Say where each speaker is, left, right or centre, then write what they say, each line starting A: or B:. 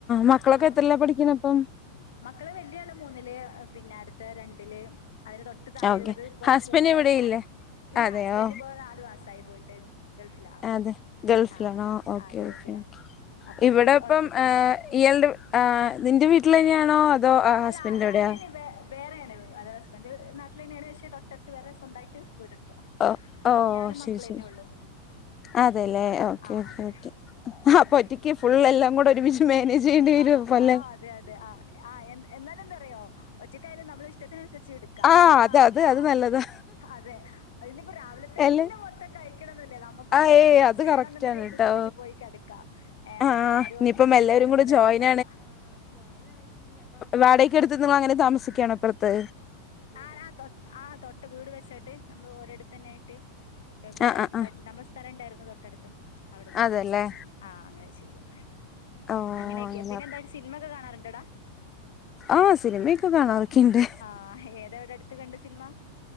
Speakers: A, on the left; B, on the left.
A: മക്കളൊക്കെ
B: ആ
A: എത്രല്ല പഠിക്കണ ഇപ്പം
B: മക്കളെ വല്യ ആള് മൂന്നില് പിന്നെ അടുത്ത രണ്ടില് അതിന് തൊട്ട് താഴെള്ളത്
A: ഓക്കെ
B: ഇപ്പം
A: ഹസ്ബൻഡ്
B: മൂന്നര
A: ഇവിടെ
B: വയസ്സ്
A: ഇല്ലേ
B: ഇല്ല
A: അതെയോ
B: ഹസ്ബൻഡ് ഇപ്പൊ നാലു മാസായി പോയിട്ട് ഗൾഫിലാ ആള്
A: അതെ ഗൾഫിലാണോ
B: ആഹ്
A: ഓക്കെ
B: ആഹ് ഗൾഫിലാ
A: ഓക്കെ ക്കെ
B: അപ്പൊ
A: ഇവിടെ
B: ഇപ്പ
A: ഇപ്പം
B: ഒറ്റക്കന്നെ
A: ഏ
B: ഉള്ളു
A: ഇയാൾടെ നിന്റെ വീട്ടിൽ തന്നെയാണോ അതോ
B: അല്ല
A: ഹസ്ബൻഡിന്റെ
B: ഞാന്
A: അവിടെയാ
B: വേറെയാണ് അത് ഹസ്ബന്റ് നാ <unintelligible> വേറെ സ്വന്തായിട്ട് വീടെടുത്തതാ
A: ഓ ഓ
B: അപ്പൊ ഞാനും
A: ശരി
B: മക്കളെന്നെള്ളൂ
A: ശരി അതെല്ലേ ഓക്കെ
B: ആ
A: ഓക്കെ
B: അതെ
A: ഓക്കെ
B: അ അങ്ങനെയൊക്കെ
A: അപ്പൊ ഒറ്റയ്ക്ക് ഫുൾ എല്ലാം കൂടെ ഒരുമിച്ച് മാനേജ് ചെയ്യേണ്ടി വരും
B: ആ
A: അപ്പൊ അല്ലേ
B: ആ അതെ അതെ ആ ആ എന്താറിയോ ഒറ്റക്കായാലും നമ്മളെ ഇഷ്ടത്തിന് <unintelligible> ച്ചി എടുക്കാം
A: ആഹ്
B: ഇനിപ്പം
A: അത് അത്
B: ആ
A: അത് നല്ലതാ
B: ആ അതെ ഇനീപ്പം രാവിലെ തന്നെ
A: അല്ലേ
B: മൊത്തം കയ് േ നമുക്കൊന്ന്
A: ആഹ് ഏയ്
B: റിലാക്സ്
A: അത്
B: ചെയ്യണം
A: കറക്റ്റാണ്
B: എന്നുണ്ടെങ്കിൽ ഒന്ന്
A: കേട്ടോ
B: <unintelligible> ന്നുല്ല നമുക്കൊന്ന് റിലാക്സ് ചെയ്യണന്നുണ്ടെങ്കിൽ ഒന്ന് ജസ്റ്റ് പോയി കെടക്കാം ഏ
A: ആഹ്
B: ആരും
A: ഇനിയിപ്പം
B: ഒന്നും ചോയ്ക്കാനും
A: എല്ലാവരും കൂടെ
B: പറയാനുംണ്ടാവൂല്ല
A: ജോയിൻ വാടയ്ക്കെടുത്ത് <unintelligible> അങ്ങനെ താമസിക്കാണോ ഇപ്പറത്ത്
B: ആഹ് ആഹ് തൊ ആഹ് തൊട്ട് വീട് വെച്ചിട്ട് നമ്മള് ഓരിടത്ത് തന്നെ ആയി ട്ടെ എവ് വേറെടുത്ത
A: ആഹ് ആഹ് ആഹ്
B: നമ്മടെ സ്ഥലം ഉണ്ടായിരുന്നു തൊട്ടടുത്ത് അവിടുന്ന് അങ്ങനെ
A: അതല്ലേ
B: ആഹ് അങ്ങനെ ചെയ്യാം.
A: ഓ
B: അങ്ങനെയൊക്കെ
A: അങ്ങനെ
B: പിന്നെ എന്ത സിനിമ ഒക്കെ കാണാറുണ്ടൊടാ
A: ആഹ് സിനിമയൊക്കെ കാണാറൊക്കെണ്ട്
B: ആഹ് ഏതവിടെ അടു കണ്ട് സിൻമ